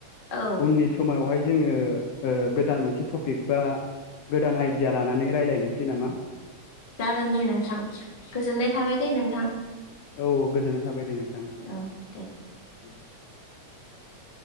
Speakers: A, on the left; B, on the left.
A: औ
B: उननि समावहाय जोङो गोदान मोनसे टपिक बा गोदान आइडिया लानानै रायज्लायनोसै नामा?
A: जागोन दे नोंथां गोजोननाय थाबाय दे नोंथां।
B: औ गोजोननाय थाबाय दोडो।
A: औ दे।
B: <inaudible>